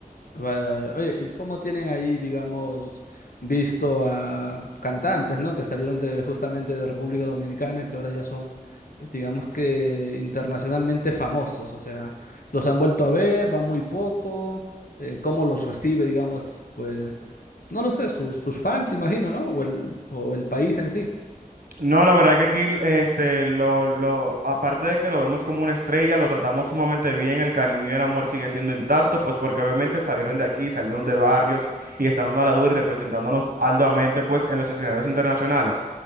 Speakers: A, on the left; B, on the right.
A: Vaya, vaya. Oye, ¿y cómo tienen ahí, digamos, visto a cantantes, ¿no? Que salieron de justamente de República Dominicana, que ahora ya son, eh, digamos que internacionalmente famosos. O sea, los han vuelto a ver, van muy poco. eh, ¿cómo los recibe, digamos, pues, no lo sé, sus, sus fans, imagino, ¿no? O el, o el país en sí.
B: No, la verdad que aquí, este, lo, lo, aparte de que lo vemos como una estrella, lo tratamos sumamente bien, el cariño y el amor sigue siendo intacto, pues porque obviamente salieron de aquí, salieron de barrios y están dando a la dura y representándonos altamente, pues, en los escenarios internacionales.